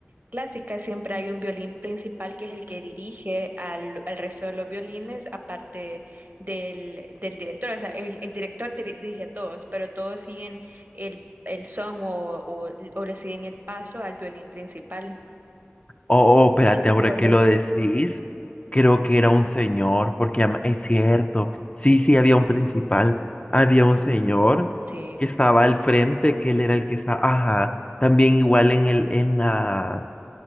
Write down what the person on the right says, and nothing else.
clásicas siempre hay un violín principal que es el que dirige al, al resto de los violines, aparte del, del director. O sea, el, el director diri- dirige a todos, pero todos siguen el, el son o, o, o le siguen el paso al violín principal.
Que
por
los...
Sí.